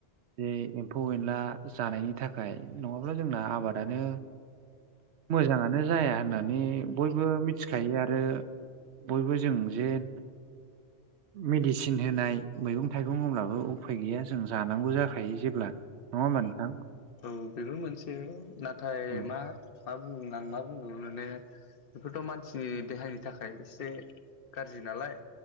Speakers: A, on the right; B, on the left.
A: जे एम्फौ एनला जानायनि थाखाय नङाब्ला जोंना आबाद आनो मोजाङानो जाया होननानै बयबो मिथिखायो आरो बयबो जों जेन मेडिसिन होनाय मैगं थाइगं अब्लाबो उफाय गैया जों जानांगौ जाखायो जेब्ला नङा होनबा नोंथां
B: औ बेफोर मोनसे नाथाय
A: औ
B: मा मा बुं आं मा बुंबावगोन माने बेफोरथ' मानसिनि देहानि थाखाय एसे गाज्रि नालाय